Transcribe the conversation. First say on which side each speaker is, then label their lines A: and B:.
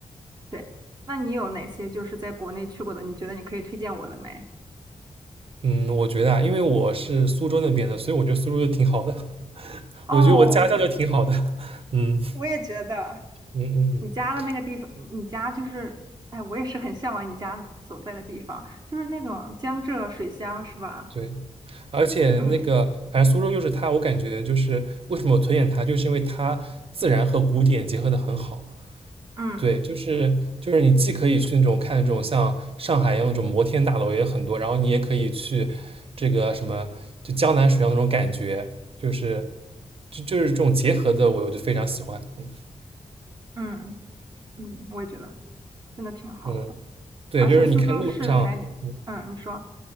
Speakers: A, on the right; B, on the right.
A: 对，那你有哪些就是在国内去过的？你觉得你可以推荐我的没？
B: 嗯，我觉得啊，因为我是苏州那边的，所以我觉得苏州就挺好的。<laughs>
A: 哦，
B: 我觉得我家乡就挺好的。<laughs> 嗯
A: 我也觉得
B: 嗯嗯嗯，
A: 你家的那个地方，你你家就是，哎，我也是很向往你家所在的地方，就是那种江浙水乡，是吧？
B: 对。而且那个，
A: 嗯
B: 反正苏州就是它，我感觉就是为什么我推荐它，就是因为它自然和古典结合的很好。
A: 嗯
B: 对，就是就是你既可以去那种看那种像上海一样那种摩天大楼也很多，然后你也可以去这个什么就江南水乡那种感觉，就是就就是这种结合的，我就非常喜欢。嗯
A: 嗯嗯，我也觉得真的挺好，
B: 嗯，对，
A: 而且苏州市还离嗯，
B: 就是你看路上，嗯，
A: 你说，